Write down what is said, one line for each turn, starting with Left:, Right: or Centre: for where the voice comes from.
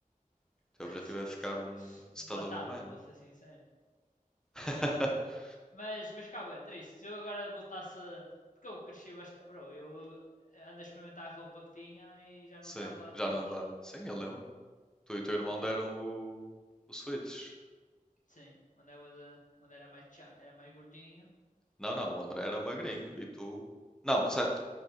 Centre: O
Left: <laughs>
Centre: teu objetivo
Left: Certo.
Centre: é ficar um stud
Left: Matava-me,
Centre: of a man.
Left: vou ser sincero.
Centre: <laughs>
Left: Não, estou a brincar. Mas, mas cabo, é triste. Se eu agora voltasse. Porque eu cresci bastante. Bro, eu ando a experimentar a roupa que tinha e já não
Centre: Sim,
Left: cabo lá dentro.
Centre: já não dá. Sim, eu lembro. Tu e o teu
Left: Mas
Centre: irmão
Left: é.
Centre: deram o, o Switch.
Left: Sim, onde, I was a- onde era, mais tchan- era mais gordinho.
Centre: Não, não, o André era magrinho e tu. Não, sério,